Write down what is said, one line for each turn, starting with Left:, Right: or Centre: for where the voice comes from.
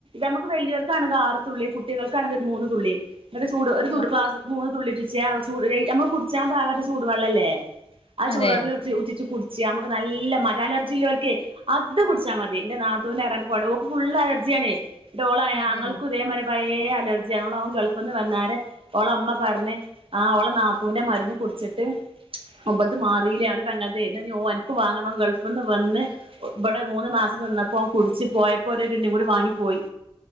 Right: നമുക്ക് വല്യോര്ക്ക് ആണെങ്കെ ആറ് തുള്ളി, കുട്ടികൾക്ക് ആണെങ്കെ ഒരു മൂന്ന് തുള്ളി. ങ്ങട്ട് ചൂട് ഒരു ചൂട്
Left: ഓഹ്
Right: ക്ലാസ്സ്‌ക്ക് മൂന്ന് തുള്ളിറ്റിച്ചാ ചൂ നമ്മ ഇ കുടിച്ചാൻ പാകത്തെ ചൂടുവെള്ളല്ലേ ആ
Left: അതെ
Right: ചൂടുവെള്ളത്തിൽ ഉറ്റി ഉറ്റിച്ചു കുടി ച്യാ നമുക്ക് നല്ല മാ അലർജി ഇല്ലോൽക്കെ അത് കുടിച്ചാ മതി ന്റെ നാത്തൂന് പറഞ്ഞ് കൊണ്ട് ഓൾക്ക് ഫുൾ അലർജിയാണെ. ഡോളു പറയാ
Left: അതെ.
Right: ആങ്ങൾക്കും ഇതേ മാതിരി പയേ പയേ അലർജി ആണ് അവൻ ഗൾഫിൽ നിന്ന് വന്നാരെ ഓളമ്മ പറഞ്ഞ് ആ ഓളെ നാത്തൂന്റെ മരുന്ന് കുടിച്ചിട്ട് ഇബൽത് മാറിയില്ലേഓന്റെ പെങ്ങള്ത് ന്നാ ഇഞ്ഞ് ഓന്ക്ക് വാങ്ങണം ഓൻ ഗൾഫ് ന്ന് വന്ന് ഇബടെ മൂന്ന് മാസം നിന്നപ്പോ ഓൻ കുടിച്ച് പോയപ്പോ ഓരോ ടിന്നും കൂടി വാങ്ങിപ്പോയി.